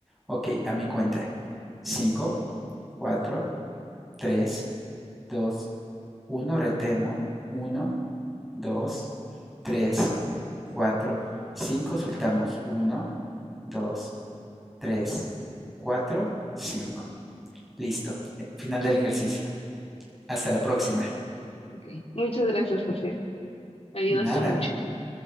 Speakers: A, in the centre; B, on the left (about 55°).
A: Ok, a mi cuenta. Cinco, cuatro, tres, dos, uno. retemos. uno, 2, 3, 4, 5. soltamos. uno, 2, 3, 4, 5. Listo. Final del ejercicio. Hasta la próxima.
B: ok. Muchas gracias, José. Me ayudaste
A: Nada.
B: mucho.